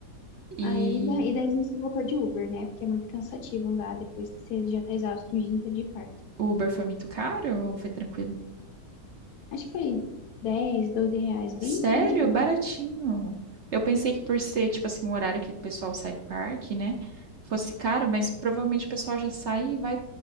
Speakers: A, on the right; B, on the left.
A: E
B: A ida, e daí a gente voltou de Uber, né? Porque é muito cansativo andar depois que você já tá exausto o dia inteiro de parque.
A: o Uber foi muito caro ou foi tranquilo?
B: Acho que foi 10, 12 reais, bem,
A: Sério?
B: bem de boa.
A: Baratinho. Eu pensei que por ser, tipo assim, um horário que o pessoal sai do parque, né? Fosse caro, mas provavelmente o pessoal já sai e vai